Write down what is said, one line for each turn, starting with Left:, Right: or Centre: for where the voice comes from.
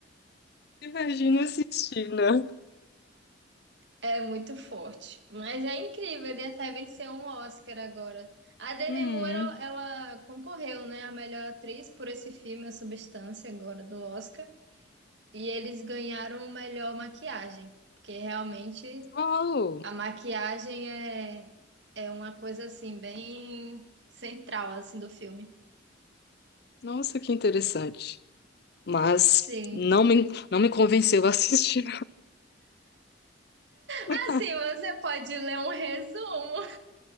Left: Imagina assistir, né?
Right: É muito forte. Mas é incrível, ele até venceu um Oscar agora. A Demi
Left: Hum,
Right: Moore, ela ela concorreu, né, a melhor atriz por esse filme, A Substância, agora do Oscar. E eles ganharam o melhor maquiagem, porque realmente
Left: uau!
Right: a maquiagem é, é uma coisa, assim, bem central, assim, do filme.
Left: Nossa, que interessante. Mas
Right: Sim.
Left: não me, não me convenceu a assistir. <laughs>
Right: Assim, você pode ler um resumo